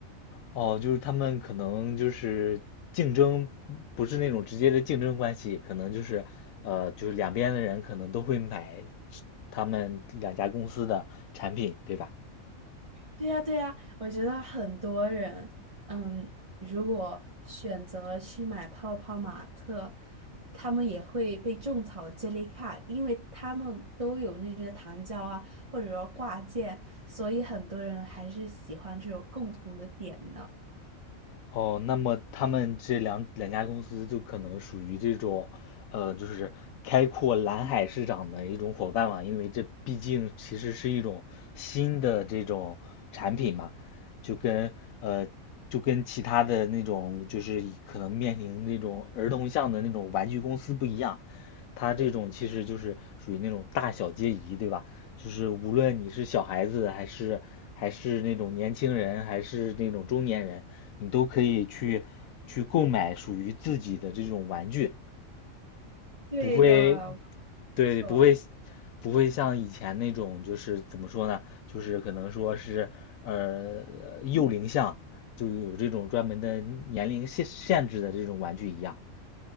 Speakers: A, on the left (about 80°); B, on the right (about 35°).
A: 哦，就是他们可能就是竞争，不是那种直接的竞争关系，可能就是呃，就是两边的人可能都会买他们两家公司的产品，对吧？
B: 对呀，对呀，我觉得很多人，嗯，如果选择了去买泡泡玛特，他们也会被种草 j e l 这类卡，因为他们都有那些糖胶啊，或者说挂件，所以很多人还是喜欢这种共同的点呢。
A: 哦，那么他们这两两家公司就可能属于这种，呃，就是开阔蓝海市场的一种伙伴嘛，因为这毕竟其实是一种新的这种产品嘛，就跟呃就跟其他的那种就是可能面临那种儿童向的那种玩具公司不一样，他这种其实就是属于那种大小皆宜，对吧？就是无论你是小孩子，还是还是那种年轻人，还是那种中年人，你都可以去去购买属于自己的这种玩具，
B: 对的，
A: 不会，
B: 没
A: 对，
B: 错，
A: 不会不会像以前那种就是怎么说呢？就是可能说是呃幼龄向，就有这种专门的年龄限限制的这种玩具一样。